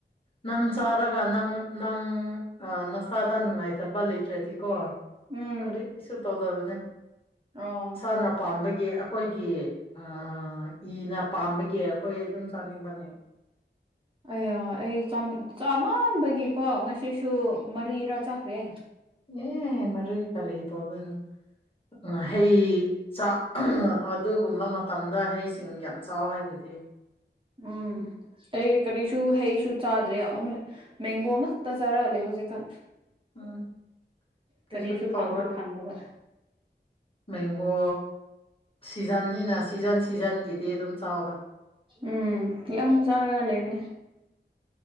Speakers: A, on the left; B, on the right.
A: ꯅꯪ ꯆꯥꯔꯒ ꯅꯪ ꯅꯪ ꯑ ꯅꯁꯥꯗ ꯅꯨꯡꯉꯥꯏꯇꯕ ꯂꯩꯇ꯭ꯔꯗꯤꯀꯣ
B: ꯎꯝ
A: ꯀꯔꯤꯁꯨ ꯇꯧꯗꯕꯅꯦ
B: ꯔꯣ
A: ꯅ ꯄꯥꯝꯕꯒꯤ ꯑꯈꯣꯏꯒꯤ ꯑ ꯏꯅ ꯄꯥꯝꯕꯒꯤ ꯑꯈꯣꯏ ꯑꯗꯨꯝ ꯆꯥꯅꯤꯡꯕꯅꯦꯕ
B: ꯑꯌꯥ ꯑꯩ ꯆꯥ ꯆꯥꯃꯟ ꯕꯒꯤꯀꯣ ꯉꯁꯤꯁꯨ ꯃꯔꯤꯔꯥ ꯆꯥꯈ꯭ꯔꯦ
A: ꯅꯦ ꯃꯔꯤ ꯀꯔꯤ ꯇꯧꯗꯣꯏꯅꯣ ꯎꯝ ꯍꯩ ꯆꯥꯛ ꯑꯗꯨꯒꯨꯝꯕ ꯃꯇꯝꯗ ꯍꯩꯁꯤꯡ ꯌꯥꯝ ꯆꯥꯎ ꯍꯥꯏꯗꯨꯗꯤ
B: ꯎꯝ ꯑꯩ ꯀꯔꯤꯁꯨ ꯍꯩꯁꯨ ꯆꯥꯗ꯭ꯔꯦ ꯑꯣꯡꯂꯤ ꯃꯦꯡꯒꯣ ꯉꯥꯛꯇ ꯆꯥꯔꯂꯩ ꯍꯧꯖꯤꯛꯀꯥꯟ
A: ꯎꯝ ꯀꯩꯁꯨ
B: ꯀꯔꯤꯁꯨ
A: ꯇꯧꯔꯣꯏ
B: ꯐꯪꯁꯨ ꯐꯪꯂꯣꯏ
A: ꯃꯦꯡꯒꯣ ꯁꯤꯖꯟꯅꯤꯅ ꯁꯤꯖꯟ ꯁꯤꯖꯟꯒꯤ ꯇꯤ ꯑꯗꯨꯝ ꯆꯥꯎꯗ
B: ꯎꯝ ꯌꯥꯝ ꯆꯥꯔꯒ ꯂꯩꯕꯅꯤ